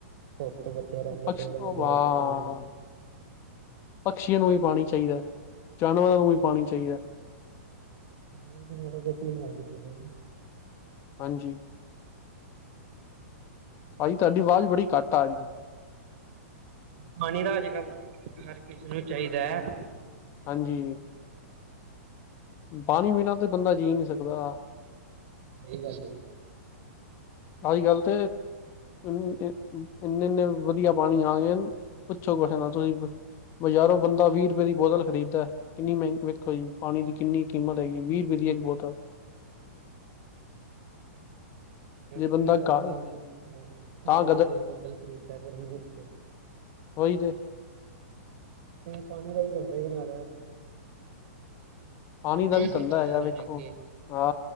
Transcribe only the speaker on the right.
ਧੂਪ ਤੋਂ ਬੱਚੇ ਰਹਿੰਦੇ,
ਪੇੜ ਪੋਧੇ
ਬੱਚੇ ਰਹਿੰਦੇ ਨ
<inaudible>
ਪਾਣੀ ਦਾ ਅੱਜ ਕੱਲ੍ਹ ਹਰ ਕਿਸੇ ਨੂੰ, ਚਾਹੀਦਾ ਹੈ
ਸਹੀ ਗੱਲ ਏ
ਫ੍ਰੀ
ਦਾ ਪਾਣੀ
ਔਨੂ, ਠੰਡੇ
ਪਾਣੀ ਦੀ ਬੋਤਲ ਖਰੀਦਦਾ ਗਰਮੀ ਵਿੱਚ
ਨ ਪਾਣੀ ਦਾ ਵੀ ਜਾਂਦਾ ਹੀ ਕਿ ਨਾਲਿਆ
ਵੇਚੀ ਜਾ
ਰਹੇ
ਨੇ ਅੱਗੇ